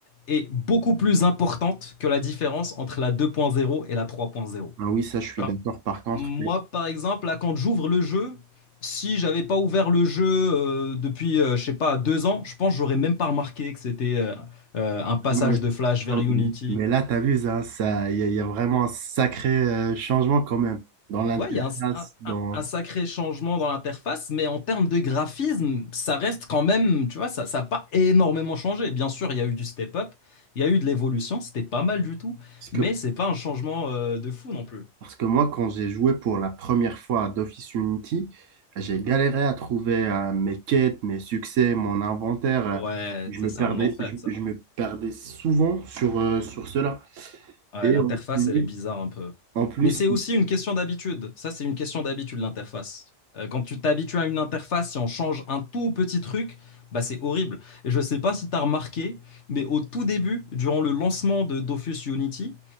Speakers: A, on the left (about 60°); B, on the right (about 75°).
A: est beaucoup plus importante que la différence entre la 2.0 et la 3.0.
B: Ah oui, ça je suis
A: Genre,
B: d'accord par contre.
A: Moi,
B: Mais,
A: par exemple, là, quand j'ouvre le jeu, si j'avais pas ouvert le jeu euh, depuis, euh, je sais pas, deux ans, je pense que j'aurais même pas remarqué que c'était euh, euh, un passage
B: ah non, mais,
A: de Flash vers
B: ah,
A: Unity
B: mais là, t'as vu ça, ça, il y, a il y a vraiment un sacré euh, changement quand même dans l'interface,
A: Ouais, il y a un, un-
B: dans...
A: un- un sacré changement dans l'interface, mais en termes de graphisme, ça reste quand même, tu vois, ça n'a pas énormément changé. Bien sûr, il y a eu du step-up, il y a eu de l'évolution, c'était pas mal du tout,
B: Parce
A: mais
B: que,
A: c'est pas un changement euh, de fou non plus.
B: parce que moi, quand j'ai joué pour la première fois à Dofus Unity, j'ai galéré
A: Mhm.
B: à trouver euh, mes quêtes, mes succès, mon inventaire. euh,
A: Ouais,
B: Je
A: ça
B: me
A: c'est
B: perdais,
A: un enfer,
B: je,
A: ça.
B: je me perdais souvent sur, euh, sur cela.
A: Ouais,
B: Et
A: l'interface,
B: en plus,
A: elle est bizarre un peu.
B: en plus,
A: Mais c'est aussi une question d'habitude. Ça, c'est une question d'habitude, l'interface. Euh, quand tu t'habitues à une interface, si on change un tout petit truc, bah, c'est horrible. Et je ne sais pas si tu as remarqué, mais au tout début, durant le lancement de Dofus Unity,